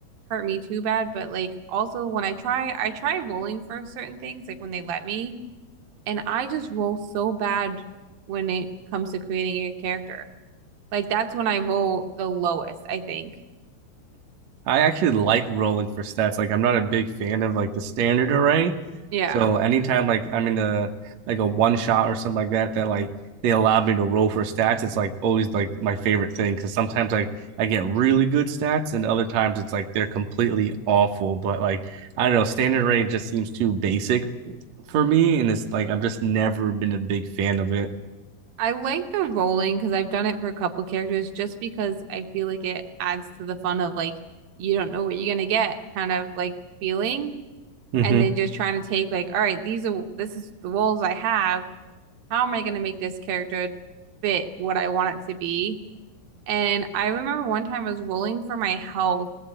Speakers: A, on the right (about 80°); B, on the right (about 60°).
A: hurt me too bad, but like also when I try I try rolling for certain things like when they let me, and I just roll so bad when it comes to creating a character. Like that's when I roll the lowest, I think.
B: I actually like rolling for stats. Like I'm not a big fan of like the standard array.
A: Yeah.
B: So anytime like I'm in a like a one shot or something like that that like they allow me to roll for stats, it's like always like my favorite thing because sometimes like I get really good stats and other times it's like they're completely awful. But like I don't know, standard array just seems too basic for me, and it's like I've just never been a big fan of it.
A: I like the rolling because I've done it for a couple characters just because I feel like it adds to the fun of like you don't know what you're gonna get kind of like feeling
B: hmm
A: and then just trying to take like, all right, these are this is the roles I have. How am I gonna make this character fit what I want it to be? And I remember one time I was rolling for my health